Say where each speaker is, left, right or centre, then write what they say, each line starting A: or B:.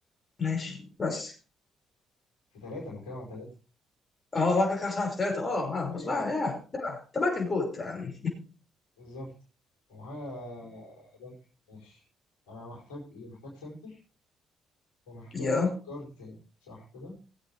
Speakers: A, on the left; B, on the left.
A: ماشي بس
B: في ثلاثه انا بتكلم على ثلاثه
A: اه واكل كاس في ثلاثة اه ما بس
B: ايوه
A: بقى يا يا انت معاك الجوت يعني
B: بالظبط ومعايا دانكن ماشي انا محتاج ايه محتاج سنتر ومحتاج
A: <laughs> يا
B: جارد تاني صح كده